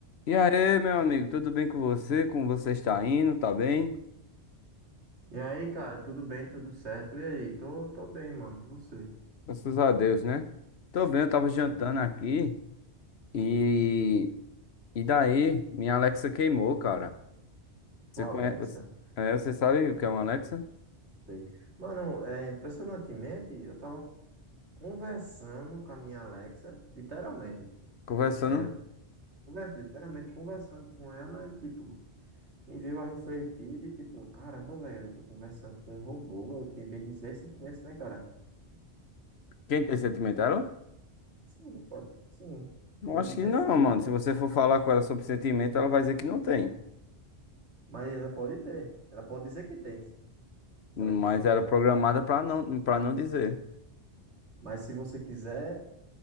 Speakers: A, on the left; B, on the right.
A: E aí, meu amigo, tudo bem com você? Como você está indo? Tá bem?
B: E aí, cara, tudo bem, tudo certo? E aí? Tô, tô bem, mano. E você?
A: Graças a Deus, né? Tô bem, eu tava jantando
B: Hum.
A: aqui e e daí minha Alexa queimou, cara.
B: Sua
A: Você conhece?
B: Alexa?
A: É, você sabe o que é uma Alexa?
B: Sei. Mano, é, impressionantemente, eu tava conversando com a minha Alexa, literalmente.
A: Conversando.
B: E- É, eu converso, literalmente conversando com ela e, tipo, me veio a refletir de, tipo, caramba, velho, eu tô conversando com um robô, eu tenho bem dizer sentimentos, né, cara?
A: Quem tem sentimento? Ela?
B: Sim, pode, sim. Bem
A: Eu acho
B: dizer
A: que não,
B: sim.
A: mano. Se você for falar com ela sobre sentimento, ela vai dizer que não tem.
B: Mas ela pode ter. Ela pode dizer que tem, se
A: Mas
B: ela quiser.
A: ela é programada pra não para não dizer.
B: Mas se você quiser.